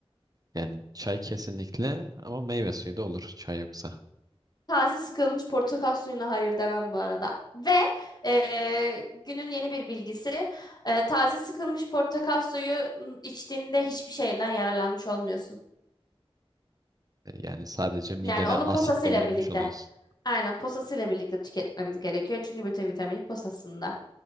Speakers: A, on the right (about 35°); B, on the left (about 40°).
A: Yani çay kesinlikle ama meyve suyu da olur çay yoksa.
B: Taze sıkılmış portakal suyuna hayır demem bu arada. Ve eee, günün yeni bir bilgisi. eee, taze sıkılmış portakal suyu içtiğinde hiçbir şeyden yararlanmış olmuyorsun.
A: E, Yani sadece midene
B: Yani onu
A: asit
B: posasıyla
A: doldurmuş
B: birlikte.
A: oluyorsun.
B: Aynen posasıyla birlikte tüketmemiz gerekiyor. Çünkü bütün vitamini posasında.